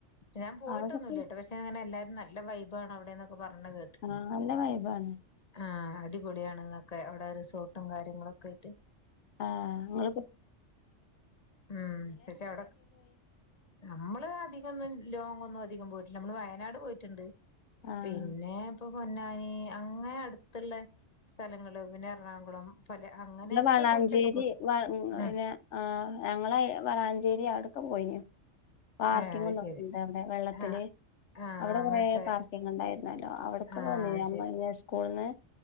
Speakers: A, on the left; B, on the left.
A: ഞാൻ പോയിട്ടൊന്നു
B: അവിടൊക്കെ
A: ഇല്ലട്ടൊ പക്ഷെ അങ്ങനെ എല്ലാരും നല്ല നല്ല വൈബാണ് അവിടെന്ന ഇപ്പം പറഞ്ഞ കേട്ടിക്ക്ണ്
B: ആഹ് നല്ല വൈബാണ്
A: ആ അടിപൊളിയണൊക്കെ അവിടെ റിസോർട്ടും കാര്യങ്ങളും. പോയിട്ട്
B: ആ നിങ്ങള് ഇപ്പം
A: ഉം പക്ഷെ അവിടെ നമ്മള് അധികം ഒന്നും ലോങ്ങ് ഒന്നും അധികം പോയിട്ടില്ല നമ്മള് വയനാട് പോയിട്ടുണ്ട്
B: ആഹ്
A: പിന്നെ ഇപ്പൊ പൊന്നാനി അങ്ങനെ അടുത്തുള്ള സ്ഥലങ്ങള് പിന്നെ എറണാകുളം. പല അങ്ങനെയൊക്കെ
B: നിങ്ങള് വളാഞ്ചേരി
A: കൊറച്ചൊക്കെ പോയി
B: <unintelligible>
A: ഉം
B: ആ ഞങ്ങള് വളാഞ്ചേരി അവിടക്കെ പോയിനു പാർക്കിങ്ങന്നൊക്കെണ്ട്
A: ഏഹ് അത് ശരി
B: അവിടെ വെള്ളത്തില്
A: ആഹ് ആഹ്
B: അവിടെ
A: അങ്ങനത്തെ
B: കുറെ പാർക്കിങ് ഉണ്ടായിരുന്നല്ലോ അവിടക്കൊക്കെ
A: ആഹ്
B: വന്നിനു നമ്മള്
A: ശരി
B: സ്കൂള്ന്ന്.